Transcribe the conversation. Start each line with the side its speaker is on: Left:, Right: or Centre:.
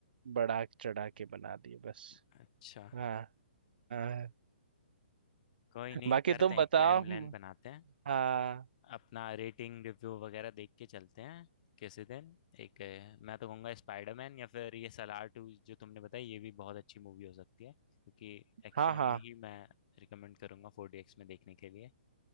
Right: बढ़ा चढ़ा के बना दिए बस
Left: अच्छा
Right: हाँ हाँ
Left: कोई नहीं
Right: बाकी
Left: करते
Right: तुम
Left: हैं
Right: बताओ
Left: एक प्लान व्लान
Right: हम्म,
Left: बनाते हैं
Right: हाँ
Left: अपना रेटिंग रिव्यू वगैरह देख के चलते हैं किसी दिन एक अ, मैं तो कहूँगा स्पाइडरमैन या फिर ये सलार टू जो तुमने बताई ये भी बहुत अच्छी मूवी हो सकती है क्योंकि एक्शन
Right: हाँ हाँ
Left: ही मैं रिकमेंड करूँगा फोर डी एक्स में देखने के लिए